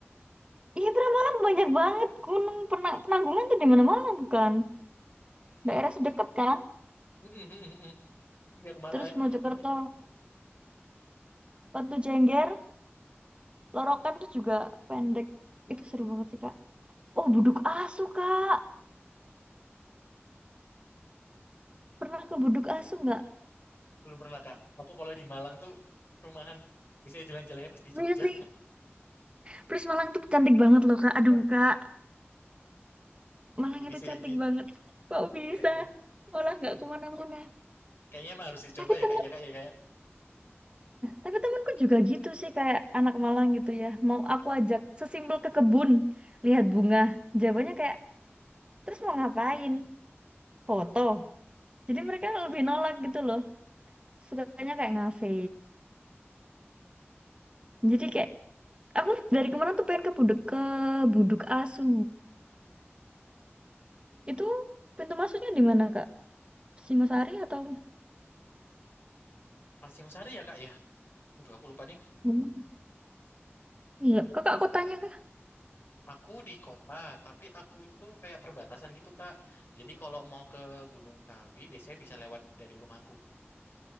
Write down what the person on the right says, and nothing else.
Iya pernah malam banyak banget gunung Pena- penanggungan tuh di mana-mana bukan
daerah sedekat kan
terus Mojokerto
Batu Jengger Lorokan tuh juga pendek itu seru banget sih kak oh Buduk Asu kak pernah ke Buduk Asu nggak
Really?
Terus Malang tuh cantik banget loh kak aduh
kak Malang
itu
cantik
banget kok bisa
malah nggak kemana-mana
tapi
temennya
tapi temenku juga gitu sih kayak anak Malang gitu ya mau aku ajak sesimpel ke kebun lihat bunga jawabannya kayak Terus mau ngapain? Foto. Jadi mereka lebih nolak gitu loh. Sukanya kayak ngafe. Jadi kayak aku dari kemarin tuh pengen ke Budek ke Buduk Asu. Itu pintu masuknya di mana, Kak? Singosari atau
Memang. Iya, Kakak aku
tanya Kak.